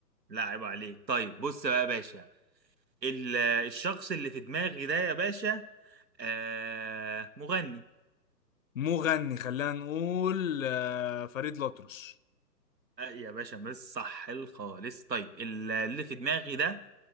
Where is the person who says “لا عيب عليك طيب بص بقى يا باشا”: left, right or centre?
Right